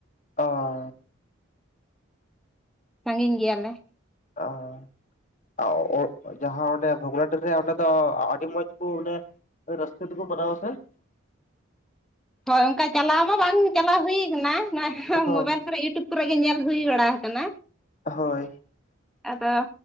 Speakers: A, on the left; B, in the centre.
A: ᱟᱸᱻ
B: ᱥᱟᱺᱜᱤᱧ ᱜᱮᱭᱟᱞᱮ
A: ᱟᱸᱻ ᱚ ᱡᱟᱦᱟᱸ ᱚᱸᱰᱮ ᱵᱷᱚᱜᱽᱱᱟᱰᱤᱦ ᱨᱮ ᱚᱸᱰᱮ ᱫᱚ ᱟᱹᱰᱤ ᱢᱚᱸᱡᱽ ᱠᱚ ᱚᱸᱰᱮ ᱨᱟᱹᱥᱠᱟᱹ ᱛᱮᱠᱚ ᱵᱟᱱᱟᱣᱟ ᱥᱮ?
B: ᱦᱳᱭ, ᱚᱱᱠᱟ ᱪᱟᱞᱟᱣ ᱢᱟ ᱵᱟᱝ ᱪᱟᱞᱟᱣ ᱦᱩᱭ ᱠᱟᱱᱟ,
A: ᱦᱳᱭ
B: ᱢᱳᱵᱟᱭᱤᱞ ᱠᱚᱨᱮ ᱤᱭᱩᱴᱩᱵᱽ ᱠᱚᱨᱮ ᱜᱮ ᱧᱮᱞ ᱦᱩᱭ ᱵᱟᱲᱟ ᱟᱠᱟᱱᱟ᱾
A: ᱦᱳᱭ
B: ᱟᱫᱚ